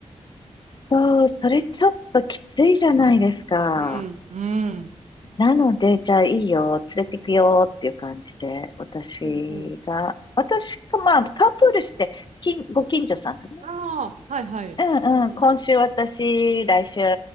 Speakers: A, on the left; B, on the right.
A: そう、それちょっときついじゃないですか。
B: うん、うん。
A: なので、じゃあいいよ、連れてくよっていう感じで、私が、
B: うん、うん。
A: 私がまあ、カープールして、近ご近所さんとね、
B: ああ、はい、はい。
A: うんうん、今週私、来週、